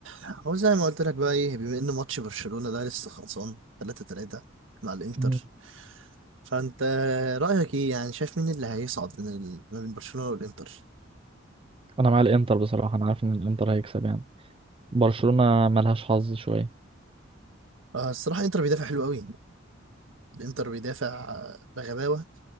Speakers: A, on the right; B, on the right.
A: هو زي ما قلت لك بقى ايه بما ان ماتش برشلونة ده لسه خلصان 3-3 مع الانتر
B: مم.
A: فانت رأيك ايه يعني شايف مين اللي هيصعد من ال... ما بين برشلونة والانتر
B: انا مع الانتر بصراحه انا عارف ان الانتر هيكسب يعني برشلونه ملهاش حظ شويه
A: آه الصراحة الانتر بيدافع حلو قوي الانتر بيدافع بغباوة